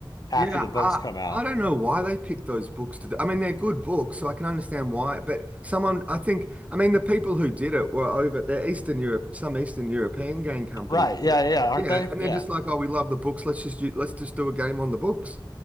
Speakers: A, on the left; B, on the right.
A: after
B: yeah.
A: the books
B: I
A: come out.
B: I don't know why they picked those books to do. I mean, they're good books, so I can understand why. But someone, I think, I mean, the people who did it were over. They're Eastern Europe, some Eastern European game company.
A: Right? Yeah,
B: did it.
A: yeah, aren't
B: Yeah,
A: they?
B: and
A: Yeah.
B: they're just like, oh, we love the books. Let's just do, let's just do a game on the books.